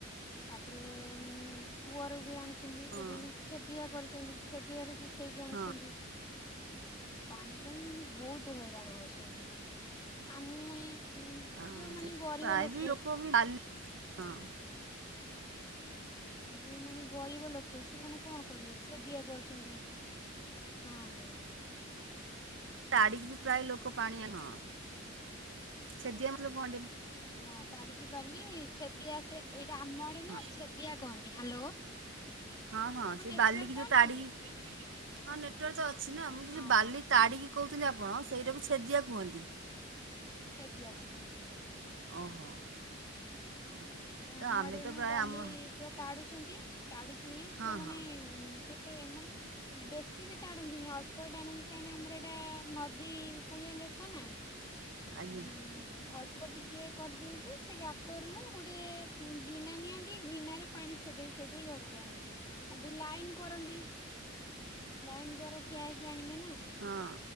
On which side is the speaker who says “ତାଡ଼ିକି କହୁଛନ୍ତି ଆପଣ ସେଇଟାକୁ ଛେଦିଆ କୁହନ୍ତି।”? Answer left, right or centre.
Right